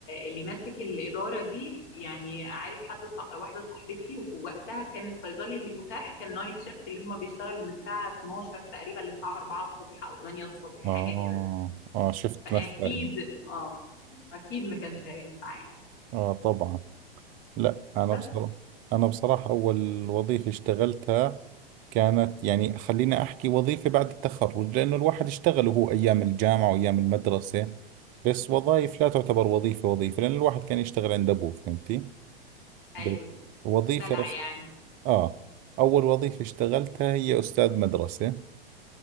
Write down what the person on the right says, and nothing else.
آه
آه شفت
مثلا
آه طبعا لا أنا
بصراحة أنا بصراحة أول وظيفة اشتغلتها كانت يعني خليني أحكي وظيفة بعد التخرج لأنه الواحد اشتغل وهو أيام الجامعة وأيام المدرسة بس وظائف لا تعتبر وظيفة وظيفة لأن الواحد كان يشتغل عند أبوه فهمتي
ب- وظيفة
رس...
آه أول وظيفة اشتغلتها هي أستاذ مدرسة